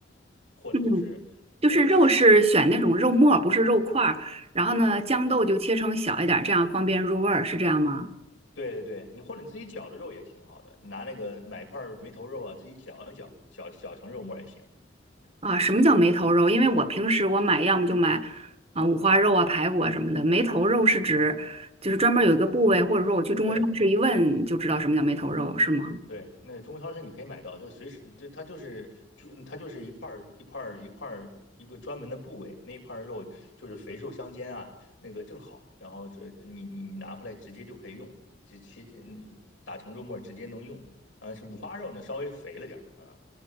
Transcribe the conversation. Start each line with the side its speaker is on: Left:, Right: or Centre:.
Left: 或者就是呃细。
Right: 嗯，就是肉是选那种肉末儿不是肉块儿。
Left: 嗯。
Right: 然后呢，豇豆就切成小一点儿，这样方便入味儿，是这样吗？
Left: 对对对，你或者你自己绞的肉也挺好的，你拿那个买一块儿梅头肉啊，自己绞一绞，绞绞成肉末也行。
Right: 啊，什么叫梅头肉？因为我平时我买，要么就买啊五花肉啊、排骨啊什么的。梅头肉是指就是专门儿有一个部位，或者说我去中国超市一问就知道什么叫梅头肉，
Left: 对
Right: 是吗？
Left: 对，那中国超市你可以买到，就随时这它就是就它就是一块儿一块儿一块儿一个专门的部位，那一块儿肉就是肥瘦相间啊，那个正好，然后这你你拿回来直接就可以用，是切你打成肉末直接能用。啊，是五花肉呢，稍微肥了点儿啊。